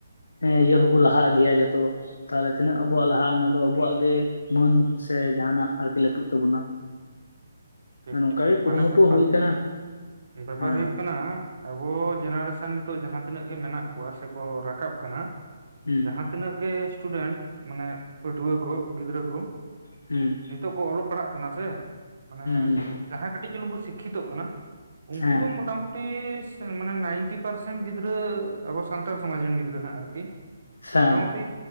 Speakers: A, on the left; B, on the right.
A: ᱦᱮᱸ ᱤᱭᱟᱹ ᱦᱚᱸᱵᱚ ᱞᱟᱦᱟ ᱤᱫᱤᱭᱟ ᱡᱚᱛᱚ᱾ ᱛᱟᱦᱞᱮ ᱛᱤᱱᱟᱹᱜ ᱟᱵᱚᱣᱟᱜ ᱞᱟᱦᱟᱜ-ᱟ, ᱚᱱᱟ ᱫᱚ ᱟᱵᱚᱣᱟᱜ ᱜᱮ ᱢᱟᱹᱱ ᱥᱮ ᱡᱟᱦᱟᱱᱟᱜ ᱟᱨᱠᱤ ᱞᱟᱹᱴᱩᱜ ᱛᱟᱵᱚᱱᱟ᱾
B: ᱴᱷᱤᱠ
A: ᱱᱚᱝᱠᱟ
B: ᱴᱷᱤᱠ
A: ᱜᱮ ᱠᱩᱨᱩᱢᱩᱴᱩ
B: ᱢᱟᱱᱮ ᱵᱮᱯᱟᱨ,
A: ᱦᱩᱭ ᱠᱟᱱᱟ
B: ᱵᱮᱯᱟᱨ
A: ᱦᱮᱸ
B: ᱦᱩᱭᱩᱜ ᱠᱟᱱᱟ ᱟᱵᱚ ᱡᱮᱱᱟᱨᱮᱥᱚᱱ ᱱᱤᱛᱚᱜ ᱡᱟᱦᱟᱸ ᱛᱤᱱᱟᱹᱜ ᱜᱮ ᱢᱮᱱᱟᱜ ᱠᱚᱣᱟ ᱥᱮᱠᱚ ᱨᱟᱠᱟᱵ ᱠᱟᱱᱟ
A: ᱦᱩᱸ
B: ᱡᱟᱦᱟᱸ ᱾ ᱛᱤᱱᱟᱹᱜ ᱜᱮ ᱥᱴᱩᱰᱮᱱᱴ ᱢᱟᱱᱮ ᱯᱟᱹᱴᱷᱩᱣᱟᱹ ᱠᱚ ᱜᱤᱫᱽᱨᱟᱹ ᱠᱚ ᱾
A: ᱦᱩᱸ ᱾
B: ᱱᱤᱛᱚᱜ ᱠᱚ ᱚᱞᱚᱜ ᱯᱟᱲᱦᱟᱜ ᱠᱟᱱᱟ ᱥᱮ ᱢᱟᱱᱮ?
A: ᱦᱩᱸ
B: ᱡᱟᱦᱟᱸᱭ ᱠᱟᱹᱴᱤᱡ ᱪᱩᱞᱩᱝᱠᱩ ᱥᱤᱠᱠᱷᱤᱛᱚᱜ ᱠᱟᱱᱟ ᱩᱱᱠᱩ
A: ᱦᱮᱸ
B: ᱫᱚ ᱢᱚᱴ ᱢᱩᱩᱴᱤ, ᱢᱟᱱᱮ ᱱᱟᱭᱤᱱᱴᱤ ᱯᱟᱨᱥᱮᱱ ᱜᱤᱫᱽᱨᱟᱹ ᱟᱵᱚ ᱥᱟᱱᱛᱟᱲ ᱥᱚᱢᱟᱡᱽ ᱨᱮᱱ ᱜᱤᱫᱽᱨᱟᱹ ᱦᱟᱸᱜ ᱟᱨᱠᱤ ᱾
A: ᱦᱮᱸ
B: ᱢᱚᱴᱟᱢᱩᱴᱤ